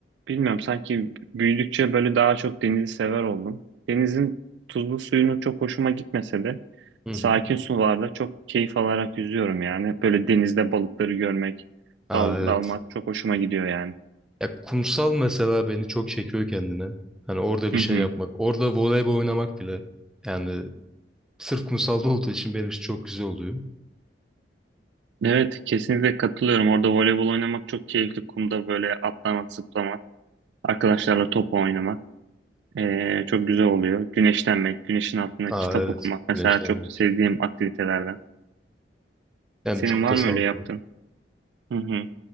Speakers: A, on the right (about 75°); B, in the centre.
A: bilmiyorum sanki büyüdükçe böyle daha çok denizi sever oldum. Denizin tuzlu suyunu çok hoşuma gitmese de
B: Hı
A: sakin
B: hı.
A: sularda çok keyif alarak yüzüyorum yani. Böyle denizde balıkları görmek,
B: Aa
A: dal,
B: evet.
A: dalmak çok hoşuma gidiyor yani.
B: Ya kumsal mesela beni çok çekiyor kendine. Hani orada bir
A: Hı
B: şey
A: hı.
B: yapmak, orada voleybol oynamak bile. Yani sırf kumsalda olduğu için benim için çok güzel oluyor.
A: Evet, kesinlikle katılıyorum. Orada voleybol oynamak çok keyifli. Kumda böyle atlamak, zıplamak, arkadaşlarla top oynamak eee, çok güzel oluyor. Güneşlenmek, güneşin altında
B: Aa
A: kitap
B: evet
A: okumak mesela
B: güneşlenmek.
A: çok sevdiğim aktivitelerden.
B: Yani
A: Senin
B: çok
A: var
B: da sağlıklı.
A: mı öyle yaptığın? Hı hı.